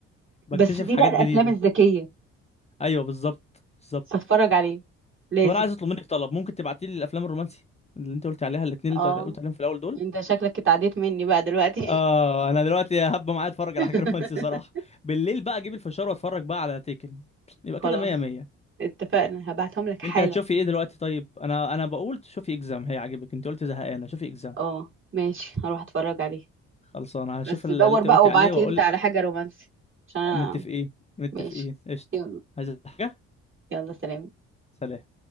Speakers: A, on the left (about 20°); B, on the right (about 40°).
A: بكتشف
B: بس دي
A: حاجات
B: بقى الافلام
A: جديده
B: الذكية
A: ايوه بالظبط بالظبط
B: فاتفرج عليه لازم
A: طب انا عايز اطلب منك طلب ممكن تبعتي لي الافلام الرومانسي اللي انت قلت عليها الاثنين اللي
B: اه
A: انت قلت عليهم في الاول دول
B: انت شكلك اتعديت مني بقى دلوقتي
A: اه انا دلوقتي هبقى معايا اتفرج
B: <laughs>
A: على حاجه <laughs> رومانسي صراحه بالليل بقى اجيب الفشار واتفرج بقى على تيكن يبقى
B: خلاص
A: كده مية مية
B: اتفقنا هبعتهم لك حالا
A: انت هتشوفي ايه دلوقتي طيب انا انا بقول شوفي اكزام هيعجبك انت قلت زهقانه شوفي اكزام
B: اه ماشي هروح اتفرج عليه
A: خلاص انا هشوف
B: بس
A: اللي
B: دور
A: انت
B: بقى
A: قلت
B: وابعت
A: عليه واقول
B: لي انت على حاجة رومانسي عشان انا
A: متفقين متفقين
B: ماشي
A: قشطه
B: يلا
A: عايز حاجه
B: يلا سلام
A: سلام